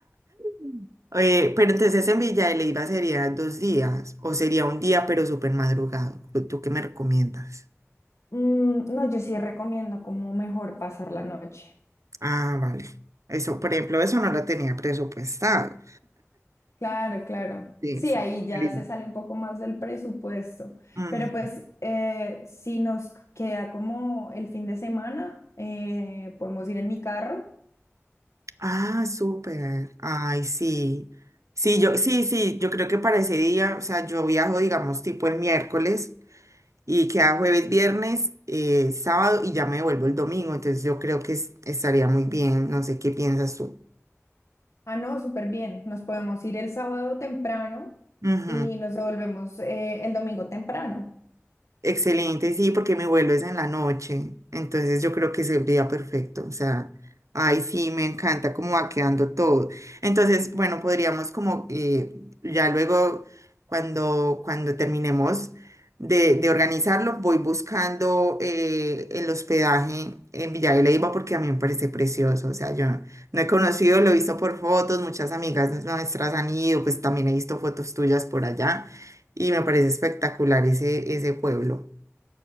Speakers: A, on the right; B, on the left.
A: Mm. Eh, pero entonces en Villa de Leyva sería dos días o sería un día pero súper madrugado. ¿Tú tú qué me recomiendas?
B: Mm, no, yo sí recomiendo como mejor pasar la noche.
A: Ah, vale. Eso, por ejemplo, eso no lo tenía presupuestado.
B: Claro, claro.
A: Sí,
B: Sí,
A: sí.
B: ahí ya
A: Sí.
B: se sale un poco más del presupuesto.
A: Ujú.
B: Pero pues eh, si nos queda como el fin de semana, eh, podemos ir en mi carro
A: Ah, súper. Ay, sí. Sí, yo, sí, sí, yo creo que para ese día, o sea, yo viajo, digamos, tipo el miércoles. Y queda jueves, viernes, eh, sábado y ya me devuelvo el domingo. Entonces yo creo que es- estaría muy bien. No sé qué piensas tú.
B: Ah, no, súper bien. Nos podemos ir el sábado temprano
A: Ujú.
B: y nos devolvemos eh, el domingo temprano.
A: Excelente, sí, porque mi vuelo es en la noche, entonces yo creo que sería perfecto, o sea, ay, sí, me encanta cómo va quedando todo. Entonces, bueno, podríamos como eh, ya luego, cuando, cuando terminemos de, de organizarlo, voy buscando eh, el hospedaje en Villa de Leyva porque a mí me parece precioso, o sea, yo no he conocido, lo he visto por fotos, muchas amigas nuestras han ido, pues también he visto fotos tuyas por allá y me parece espectacular ese, ese pueblo.